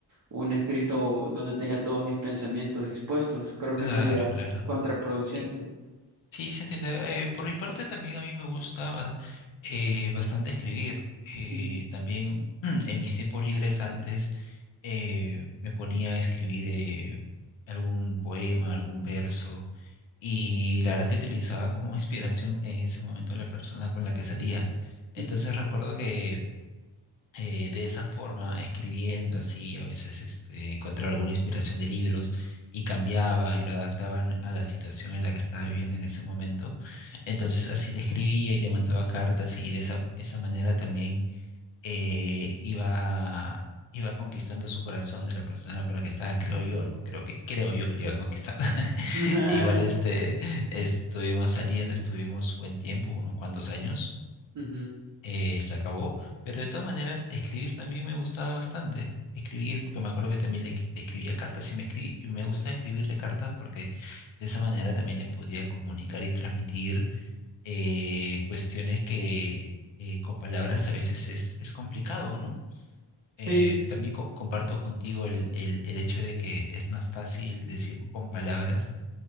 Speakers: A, on the right (about 45°); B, on the left (about 75°).
A: un escrito donde tenga todos mis pensamientos expuestos. Creo
B: Claro,
A: que sería
B: claro.
A: contraproducente.
B: Sí. Sí, se entiende. Eh, por mi parte también a mí me gusta eh, bastante escribir. Eh,
A: Ujú.
B: también <clears throat> en mis tiempos libres antes eh, me ponía a escribir eh, algún poema, algún verso y la verdad que utilizaba como <laughs> inspiración en ese momento a la persona con la que salía. Entonces
A: Ujú.
B: recuerdo que eh, de esa forma, escribiendo así, a veces este, encontraba alguna inspiración de libros y cambiaba y lo adaptaban a la situación en la que estaba viviendo en ese momento. Entonces así le escribía y le mandaba cartas y de esa, esa manera también eh, iba, iba conquistando su corazón de la persona con la que estaba, creo yo, ¿no? Creo que, creo yo que lo iba conquistando. <laughs>
A: <laughs>
B: Igual este, estuvimos saliendo, estuvimos buen tiempo, unos cuantos años
A: Ujú.
B: eh, se acabó, pero de todas maneras escribir también me gustaba bastante. Escribir, porque me acuerdo que también le, escri- le escribía cartas y me, escribí, me gustaba escribirle cartas porque de esa manera también le podía comunicar y transmitir eh, cuestiones que eh, con palabras a veces es, es complicado, ¿no?
A: Sí,
B: Eh, también co- comparto contigo el, el, el hecho de que es más fácil decir con palabras